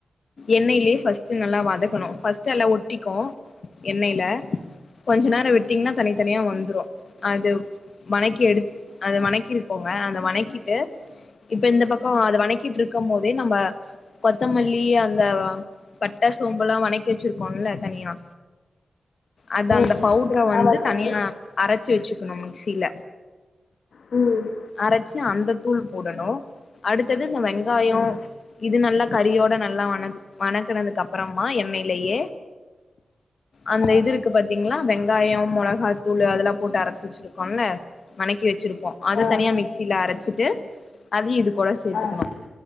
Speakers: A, on the left (about 50°); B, on the left (about 70°).
A: எண்ணைலே ஃபஸ்ட் நல்லா வதக்கணு ஃபஸ்ட் எல்லா ஒட்டிக்கு எண்ணைல கொஞ்ச நேரோ விட்டீங்னா தனித்தனியா வந்துரு அது வணக்கி எடுத் அத வணக்கி விட்க்கோங்க அத வணக்கிட்டு இப்ப இந்த பக்கோ அத வணக்கிட்ருக்கும்போதே நம்ம கொத்தமல்லி அந்த பட்ட சோம்பெல்லா வணக்கி வெச்சிருக்கோல்ல தனியா அது
B: ம்
A: அந்த பவுட்ர வந்து
B: ஆமாம் தோழி
A: தனியா அரச்சு வெச்சுக்கணு மிக்ஸில
B: ம்
A: அரச்சு அந்தத்தூள் போடணு அடுத்தது இந்த வெங்காயோ
B: ம்
A: இது நல்லா கறியோட நல்லா வணக் வணக்குனதுக்கப்றமா எண்ணைலயே அந்த
B: ஆ
A: இது இருக்கு பாத்தீங்களா வெங்காயோ, மொளகாத்தூளு அதெல்லா போட்டு அரச்சி வெச்சிருக்கோல்ல வணக்கி வெச்சிருப்போ அத
B: ஆ
A: தனியா மிக்ஸில அரச்சிட்டு அது இது கூட சேத்துக்கணு
B: ஆ